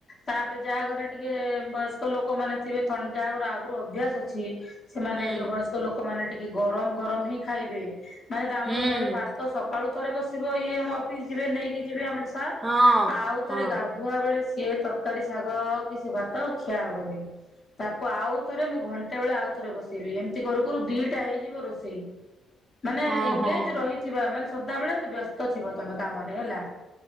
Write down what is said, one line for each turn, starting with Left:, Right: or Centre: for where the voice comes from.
Left: ତାପରେ ଯାହା ଘରେ ଟିକେ ବସ ତ ଲୋକମାନେ ଥିବେ ଥ ଯାହା ଘର ଆଗରୁ ଅଭ୍ୟାସ ଅଛି ସେମାନେ
Right: ହୁଁ
Left: ଯୋଉ ବୟସ୍କ ଲୋକମାନେ ଟିକେ ଗରମ ଗରମ ହିଁ ଖାଇବେ ମାନେ ତା
Right: ହୁଁ।
Left: ଆମର ଘରେ ଭାତ ସକାଳୁ ଥରେ ବସିବ ଇଏ ହବ ଫିସ ଯିବେ ନେଇକି ଯିବେ ଆମର ସାର୍
Right: ହଁ
Left: ଆଉ
Right: ହଁ
Left: ଥରେ ଗାଧୁଆ ବେଳେ ସେ ସିଏ ତରକାରୀ ଶାଗ କିଛି ଭାତ ଆଉ ଖିଆ ହବନି ତାକୁ ଆଉ ଥରେ ମୁଁ ଘଣ୍ଟା ବେଳେ ଆଉ ଥରେ ବସେଇବି ଏମିତି କରୁ କରୁ ଦିଟା ହେଇଯିବ ରୋଷେଇ ମାନେ
Right: ହଁ
Left: ଏଙ୍ଗେଜ
Right: ହଁ
Left: ରହିଥିବା ମାନେ ସଦାବେଳେ ବ୍ୟସ୍ତ ଥିବ ତମେ କାମରେ ହେଲା